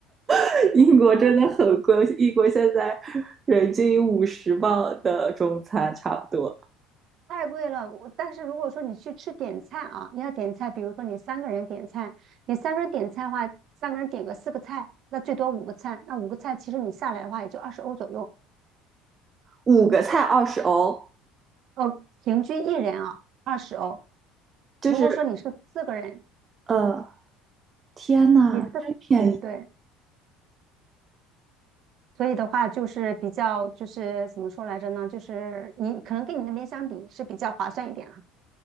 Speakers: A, on the right; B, on the right.
A: <laughs> 英国真的很贵，
B: <laughs>
A: 英国现在人均五十磅的中餐差不多，
B: 太贵了。我但是如果说你去吃点菜啊，你要点菜，比如说你三个人点菜，你三个人点菜的话，三个人点个四个菜，那最多五个菜，那五个菜其实你下来的话也就二十欧左右。
A: 五个菜二十欧，
B: 呃，平均一人啊二十欧。
A: 就是
B: 如果说你是四个人，
A: 呃，天呐，
B: 你四个人对，
A: 真便宜！
B: 所以的话就是比较就是怎么说来着呢？就是你可能跟你那边相比是比较划算一点了，